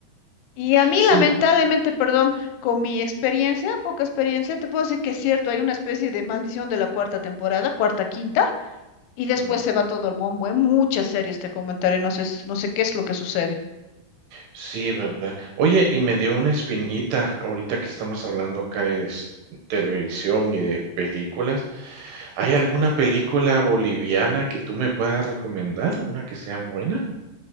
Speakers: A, on the left; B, on the right.
A: Y a mí,
B: Sí.
A: lamentablemente, perdón, con mi experiencia, poca experiencia, te puedo decir que es cierto, hay una especie de maldición de la cuarta temporada, cuarta, quinta, y después
B: Mm,
A: se va todo al bombo. hay muchas series te comentaré, no sé, no sé qué es lo que sucede.
B: sí, ¿verdad? Oye, y me dio una espinita ahorita que estamos hablando acá de s televisión y de películas. ¿Hay alguna película boliviana que tú me puedas recomendar, una que sea buena?